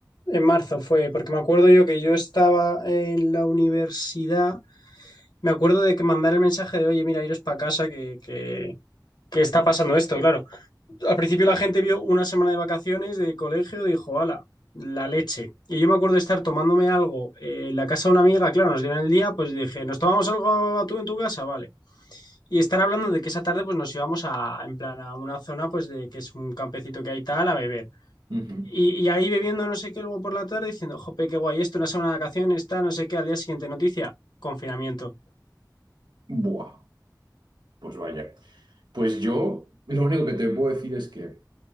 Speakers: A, on the left (about 70°); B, on the right (about 75°).
A: En marzo fue, porque me acuerdo yo que yo estaba en la universidad. Me acuerdo de que mandar el mensaje de, oye, mira, iros para casa, que, que, que está pasando esto, claro. Al principio la gente vio una semana de vacaciones de colegio y dijo, ala, la leche. Y yo me acuerdo de estar tomándome algo eh, en la casa de una amiga, claro, nos dieron el día, pues dije, ¿nos tomamos algo a tú en tu casa? Vale. Y estar hablando de que esa tarde pues nos íbamos a, en plan, a una zona pues de que es un campecito que hay tal, a beber.
B: Ujú.
A: Y, y ahí bebiendo no sé qué luego por la tarde diciendo, jope, qué guay esto, una semana de vacaciones, está, no sé qué, al día siguiente noticia, confinamiento.
B: Buah, pues vaya. Pues yo, lo único que te puedo decir es que